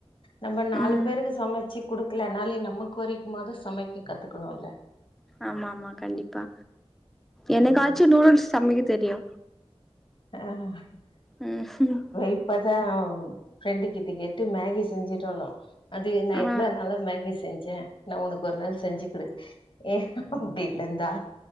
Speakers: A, on the left; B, in the centre.
A: நம்ம நாலு
B: ம்
A: பேருக்கு சமைச்சு குடுக்கலனாலே நமக் கொரிக்கு போது சமைக்க கத்துக்கணுல்ல
B: ஆமா ஆமா கண்டிப்பா என்னைக்காச்சு
A: ஆமா
B: நூடுல்ஸ் சமைக்க தெரியு
A: ஆ <unintelligible>
B: ம்
A: இப்பத்தா ஃப்ரெண்டு கிட்ட கேட்டு மேகி செஞ்சுட்டாலா அது நா இவ்வளவு
B: ஆ
A: நாளா மேகி செஞ்சே நா உனக்கு ஒரு நாள் செஞ்சு கொடுக்கு ஏ அப்டின்னுந்தா